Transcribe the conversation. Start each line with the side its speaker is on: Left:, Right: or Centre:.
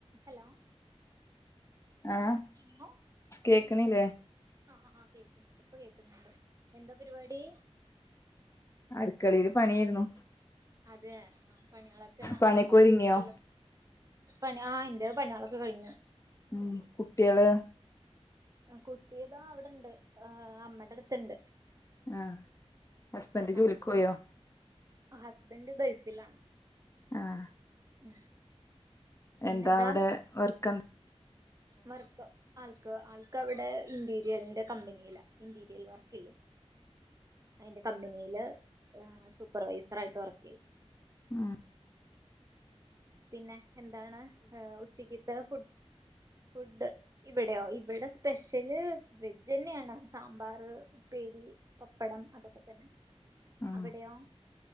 Right: Hello
Left: ആഹ്
Right: പിന്നെ
Left: കേക്ക്ണില്ലേ
Right: ആഹ് ആഹ് കേക്ന്നുണ്ട് ഇപ്പൊ കേക്കുന്നുണ്ട് എന്താ പരിപാടി
Left: അടുക്കളീല് പണിയായിരുന്നു
Right: അതെ ആ പണിളൊക്കെ
Left: പണിയൊക്കെ
Right: ആയൊ ഉച്ചക്കതേക്കുള്ളേ
Left: ഒരുങ്ങിയോ
Right: പണി ആഹ് എന്റെ പണിളൊക്കെ കഴിഞ്ഞു
Left: ഉം കുട്ടികള്
Right: കുട്ടി ഇതാ അവിടെ ഒണ്ട് ആഹ് അമ്മേടെ അടുത്ത് ഒണ്ട്
Left: ആഹ് ഹസ്ബൻഡ്
Right: നടക്കാണ്
Left: ജോലിക്ക് പോയോ
Right: ഹസ്ബൻഡ് ഗൾഫിലാണ്
Left: ആഹ്
Right: ഉം പിന്നെന്താ
Left: എന്താ അവടെ വർക്ക് എന്താ
Right: വർക്ക് ആൾക്ക് ആൾക്ക് അവിടെ ഇന്റീരിയലിന്റെ കമ്പനീലാ ഇന്റീരിയൽ വർക് ഇല്ലേ. അയിന്റെ കമ്പനീല് ആഹ് സൂപ്പർവൈസർ ആയിട്ട് വർക്ക് ചെയ്യുന്നു
Left: ഉം
Right: പിന്നെ എന്താണ് ഏഹ് ഉച്ചക്കത്തെ ഫുഡ ഫുഡ്‌ ഇവടെയോ ഇവിടെ സ്പെഷ്യ- സ്പെഷ്യല് വെജ് തന്നെയാണ് സാമ്പാർ ഉപ്പേരി പപ്പടം അതൊക്കെ തന്നെ
Left: ആഹ്
Right: അവിടെയോ